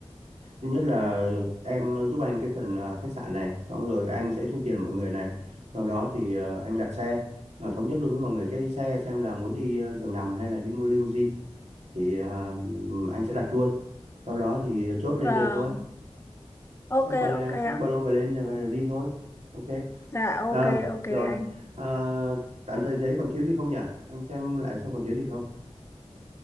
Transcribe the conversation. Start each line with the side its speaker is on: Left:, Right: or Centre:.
Right: thứ nhất là em giúp anh cái phần ờ, khách sạn này xong rồi anh sẽ thu tiền mọi người này sau đó thì ờ, anh đặt xe à, thống nhất luôn với mọi người cái xe xem là muốn đi ờ, giường nằm hay là đi mua limousine thì à, anh sẽ đặt luôn sau đó thì chốt lên
Left: Vâng.
Right: đường thôi xách
Left: Ok
Right: ba lô,
Left: ok
Right: xách
Left: ạ.
Right: ba lô và lên và đi thôi ok
Left: Dạ ok
Right: à,
Left: ok
Right: rồi
Left: anh.
Right: à, tạm thời thế còn thiếu gì không nhỉ anh xem lại xem còn thiếu gì không